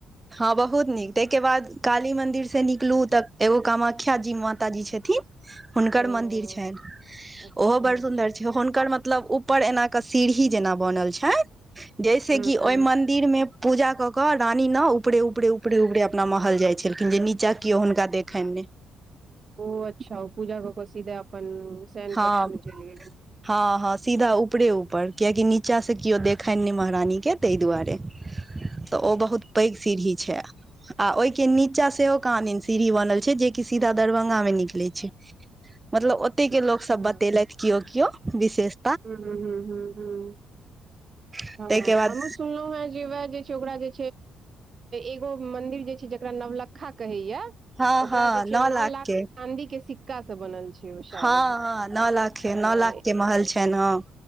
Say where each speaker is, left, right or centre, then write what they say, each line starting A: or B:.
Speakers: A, on the right; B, on the right.
A: हँ बहुत नीक ताहिके बाद काली मंदिर से निकलू तऽ एगो कामाख्याजी माताजी छथिन हुनकर
B: ओ
A: मन्दिर छनि
B: अच्छा
A: ओहो बड़ सुन्दर छ हुनकर मतलब ऊपर एनाके सीढ़ी जेना बनल छनि जैस
B: ह
A: कि
B: ह
A: ओई मंदिर मे पूजा कऽ क रानी न ऊपरे उपरे ऊपरे ऊपरे अपना महल जाइ छलखिन जे नीचा केओ हुनका देखनि नहि
B: ओ अच्छा ओ पूजा कऽ कऽ सीधे अपन शैन
A: हँ
B: कक्ष मे चलि गेली
A: हँ हँ सीधा ऊपरे ऊपर कियकि नीचा से केओ देखनि नहि महारानीके ताहि दुआरे तऽ ओ बहुत पैघ सीढ़ी छै आ ओहिके नीच नीचा सेहो काहां दिन सीढ़ी बनल छै जेकि सीधा दरभंगा मे निकले छै मतलब ओ ओताई के लोक
B: अच्छा
A: सब बतेलथि किओ किओ विशेष
B: हूं ह हूं हूं हूं
A: ताहिके
B: हँ
A: बाद
B: हम हु सुनलहुँ हे जेएह जे छै ओकरा जे एगो मन्दिर जे छै जकरा नवलकखा कहैया
A: हँ
B: ओकरा
A: हँ
B: जे छै
A: नओ
B: नौ लाख
A: के
B: चाँदी के सिक्काँ स बनल छै ओ शायद
A: हँ हँ नौ लाख
B: हँ
A: नौ लाख के महल छै हं